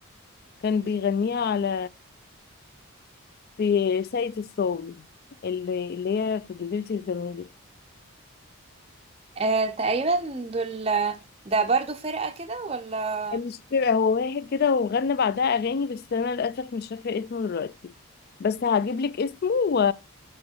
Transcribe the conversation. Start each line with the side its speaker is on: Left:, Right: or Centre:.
Left: كان بيغنيها على في ساقية الصاوي اللي, اللي هي في جزيرة الزمالك
Right: آه، تقريبا دول ده برضو فرقة كده ولا
Left: كان مش فاكرة هو واحد كده وغنى بعدها أغاني بس أنا للأسف مش فاكرة اسمه دلوقتي بس هجيب لك اسمه و...